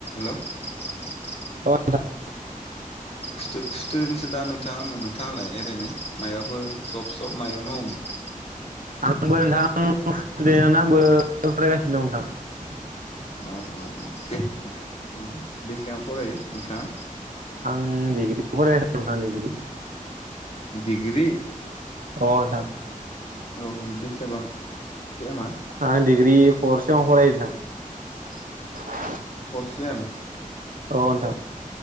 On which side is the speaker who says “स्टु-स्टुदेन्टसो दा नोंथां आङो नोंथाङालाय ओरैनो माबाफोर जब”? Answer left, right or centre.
Left